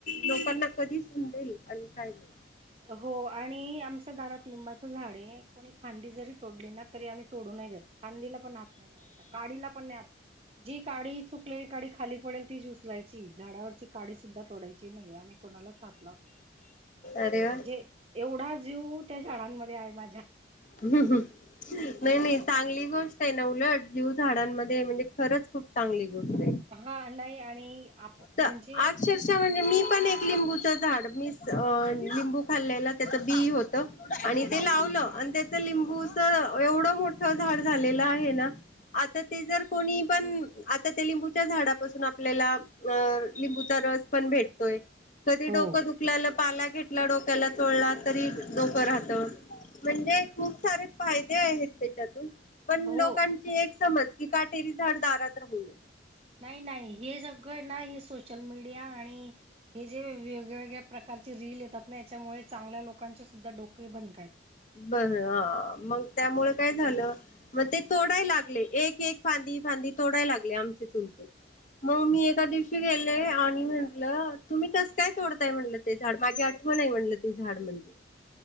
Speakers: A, on the left; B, on the right.
A: लोकांना कधी समजेल आणि काय नाही.
B: हो आणि आमच्या दारात लिंबाच झाड हे कोणी फांदी जरी तोडली ना तरी आम्ही तोडू नाय देत. फादीला पण हात नाही लावायचा काढिला पण नाही हा जी काढी सुकलेली काडी खाली पडेल तिच उचलायची. झाडावरची काडी सुद्धा तोडायची ची नाही आम्ही कोणालाच हात लावून देत नाही.
A: अरे वा
B: म्हणजे एवढा जीव त्या झाडानंमध्ये आहे माझ्या
A: नाही नाही चांगली गोष्ट आहे ना उलट जीव झाडांमध्ये म्हणजे खरंच खूप चांगली गोष्ट
B: हा नाही आणि आप
A: त्
B: म्हणजे
A: अक्षरश म्हणजे मी पण एक लिंबूच झाड मी लिंबू खालेलं तेच बि हो त आणि ते लावलं आणि ते त लिंबूच एवढं मोठं झाड झालेलं आहे ना आता ते जर कोणी पण आता त्या लिंबूच्या झाडापासून आपल्याला अ लिंबूचा रस पण भेटतोय. कधी
B: हो
A: डोकं दुखल्याल पाला घेतला डोक्याला चोळला तरी डोकं राहतं. म्हणजे खूप सारे फायदे आहेत तेच्यातून पण
B: हो
A: लोकांची एक समज की काटेरी झाड दारात राहू नये.
B: नाही नाही हे सगळं ए ना हे सोशल मीडिया आणि हे जे वेगळवेगळ्या प्रकारचे रील येतात ना याच्यामुळे चांगल्या लोकांचे सुद्धा डोके बन
A: बरं हा. मंग त्यामुळं काय झालं मग ते तोडाय लागले एक एक फांदी फांदी तोडाय लागले आमचे चुलते.
B: आहेत.
A: मग मी एका दिवशी गेले आणि म्ह ल तुम्ही कस काय तोडताय म्हणलं ते झाड माझी आठवण आहे म्हणलं ते झाड म्हणजे.